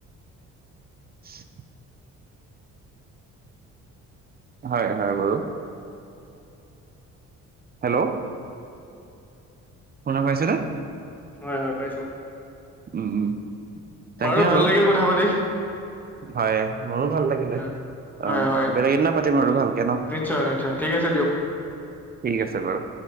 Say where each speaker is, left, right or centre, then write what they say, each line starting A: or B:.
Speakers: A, on the right; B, in the centre.
A: <unintelligible> হয় হয় বাৰু হেল্ল শুনা পাইছেনে
B: হয় হয় পাইছো
A: উম উম তাকে
B: বাৰু
A: আৰু
B: ভাল লাগিল কথা পাতি
A: হয় মোৰো ভাল লাগিলে
B: উম,
A: অ
B: হয় হয়
A: বেলেগে এদিনা পাতিম আৰু ভালকে ন
B: নিশ্চয় নিশ্চয় ঠিক আছে দিয়ক।
A: ঠিক আছে বাৰু